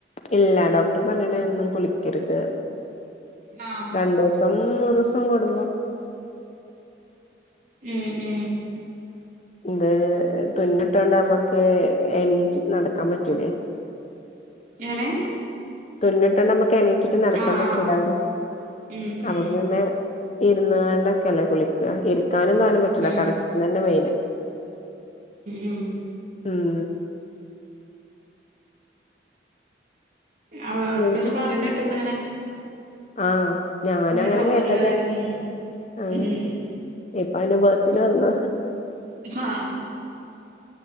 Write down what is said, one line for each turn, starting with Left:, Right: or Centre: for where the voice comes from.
Left: ഇല്ല ഡോക്ടർ പറഞ്ഞണ് എന്നും കുളിക്കരുത്
Right: ആഹ്
Left: രണ്ടുസം മൂന്ന്സം കൂടുമ്പോ
Right: ഉം ഉം
Left: ഇത് തുന്നിട്ടോണ്ട് നമ്മക്ക് എണീറ്റിട്ട് നടക്കാൻ പറ്റൂലേ
Right: എങ്ങനെ?
Left: തുന്നിട്ടൊണ്ട് നമ്മക്ക് എണീറ്റിട്ട് നടക്കാൻ
Right: ആഹ്
Left: പറ്റൂല
Right: ആഹ്
Left: പറയ
Right: ഉം
Left: അപ്പൊ
Right: ഉം
Left: പിന്നെ ഇരുന്ന്ങ്ങാണ്ടൊക്കെല്ലേ കുളിക്ക ഇരിക്കാനും തോനെ പ റ്റൂല
Right: ഉം
Left: കടക്കലന്നെ മെയിന്
Right: ഉം ഉം
Left: ഉം
Right: ആഹ് അവിടത്തന്ന
Left: ഉം.
Right: പറയണ കേട്ട്ണ് ഇങ്ങനെ
Left: ആഹ് ഞാനങ്ങനെ
Right: ഇങ്ങനെ തുറന്നിട്ടുള്ള
Left: കേട്ടതെയ്
Right: കാര്യം ഉം
Left: ആ
Right: ഉം
Left: ഇപ്പ അന്റെ ബേത്തിൽ വന്ന
Right: ആഹ്